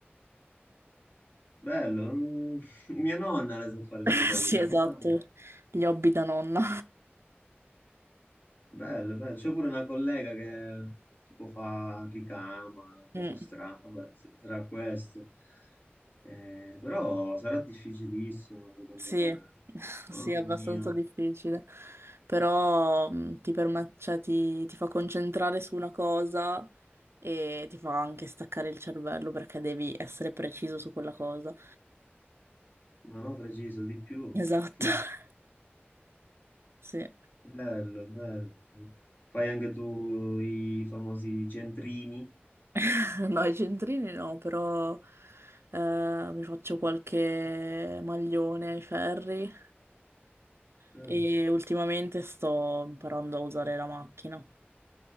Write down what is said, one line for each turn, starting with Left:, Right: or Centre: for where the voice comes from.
Left: Bello, mm, <laughs> mia nonna le sa fare
Right: <laughs>
Left: queste cose,
Right: Sì,
Left: mia
Right: esatto,
Left: mamma.
Right: gli hobby da nonna.
Left: Bello, bello. C'è pure una collega che tipo fa ricama, cose
Right: Mm,
Left: strane, vabbè, s- sarà questo. Eh, però sarà difficilissimo, secondo
Right: sì,
Left: me.
Right: <laughs>
Left: Mamma
Right: sì, è abbastanza
Left: mia,
Right: difficile, però mm, ti permette, cioè, ti, ti fa concentrare su una cosa e ti fa anche staccare il cervello perché devi essere preciso su quella cosa.
Left: ma no, preciso di più.
Right: Esatto,
Left: <laughs> Mm.
Right: <laughs> sì.
Left: Bello, bello. Fai anche tu i famosi centrini,
Right: <laughs> No, i centrini no, però eh, mi faccio qualche maglione ai ferri
Left: Mm.
Right: e ultimamente sto imparando a usare la macchina.